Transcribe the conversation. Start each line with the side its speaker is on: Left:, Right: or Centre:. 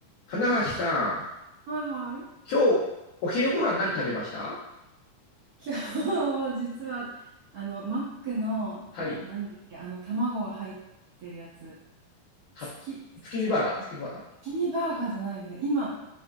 Left: 金橋さん、
Right: はいはい。
Left: 今日お昼ご飯何食べました
Right: 今日、実は、あの、マックの、
Left: はい。
Right: なんだっけ、あの、卵が入ってるやつ。
Left: は、
Right: 月、
Left: 月見バーガー、
Right: 違う。
Left: 月見バーガー。
Right: 月見バーガーじゃないですね。今、